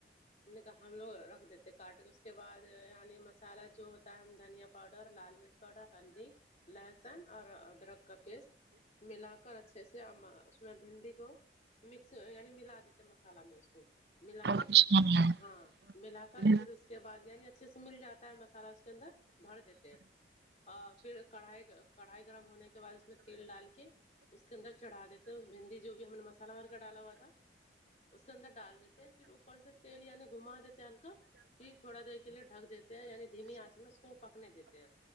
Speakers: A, on the left; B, on the right.
A: ھم نے کہا ہم لوگ رکھ دیتے کاٹ کے اس کے بعد یعنی مسالہ جو ہوتا ہے ہم دھنیا پاؤڈر لال مرچ تھوڑا ہلدی لہسن اور ادرک کا پیسٹ ملا کر اچھے سے ہم اس اس میں بھنڈی کو مکس یعنی ملا دیتے مسالہ میں اس کو ملا
B: اور
A: کر
B: کچھ نہیں ہے؟
A: ہاں ملا کر
B: بہت
A: پھر اس کے بعد یعنی اچھے سے مل جاتا ہے مسالا اس کے اندر بھر دیتے ہیں پھر کڑھائی کڑھائی گرم ہونے کے بعد اس میں تیل ڈال کے اس کے اندر چڑھا دیتے بھنڈ ی جو بھی ہم نے مسالہ بھر کے ڈالا ہوا تھا اس کے اندر ڈال دیتے ہیں پھر اوپر سے تیل یعنی گھو ما دیتے ہیں ہلکا پھر تھوڑا دیر کے لیے ڈھک دیتے ہیں یعنی دھیمی آنچ میں اس کو پکنے دیتے ہیں